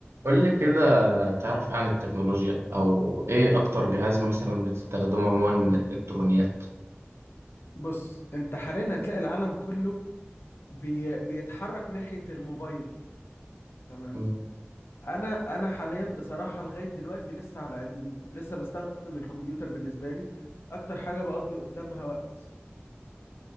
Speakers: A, on the right; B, on the left.
A: قول لي كده تعرف إيه عن التكنولوجيا او ايه اكتر جهاز مثلا بتستخدمه عموما من الالكترونيات
B: بص انت حاليا هتلاقي العالم كله بي... بيتحرك ناحية الموبايل تمام
A: مم.
B: انا انا حاليا بصراحة لغاية دلوقتي لسه على قديمه لسه بستخدم الكمبيوتر بالنسبة لي اكتر حاجة بقضي قدامها وقت